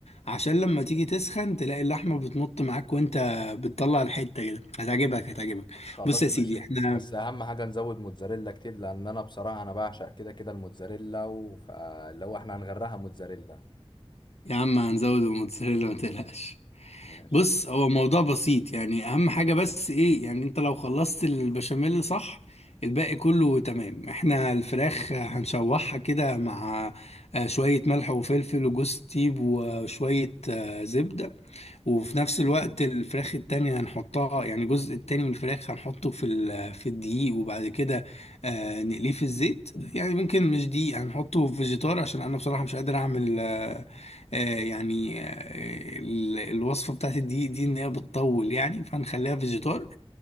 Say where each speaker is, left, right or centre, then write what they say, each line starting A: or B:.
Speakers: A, on the left (about 85°); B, on the left (about 45°).
A: عشان لما تيجي تسخن تلاقي اللحمه بتمط معاك وانت بتطلع الحته كده هتعجبك هتعجبك
B: خلاص
A: بص يا سيدي
B: ماشي
A: احنا
B: بس اهم حاجة نزود موتزاريلا كتير لان انا بصراحة انا بعشق كده كده الموتزاريلا و- فلو احنا هنغرقها موتزاريلا
A: يا عم هنزود الموتزاريلا ما تقلقش
B: ماشي
A: بص هو موضوع بسيط يعني اهم حاجة بس ايه يعني انت لو خلصت البشاميل صح الباقي كله تمام احنا الفراخ هنشوحها كده مع آه، شوية ملح وفلفل وجوز طيب وشوية آه، زبدة وفي نفس الوقت الفراخ التانية هنحطها يعني الجزء التاني من الفراخ هنحطه في ال- في الدقيق وبعد كده آه، نقليه في الزيت يعني ممكن مش دقيق هنحطه في فيجيتار عشان انا بصراحة مش قادر اعمل آه، آه، يعني آه، ال- الوصفة بتاعت الدقيق دي ان هي بتطول يعني فهنخليها فيجيتار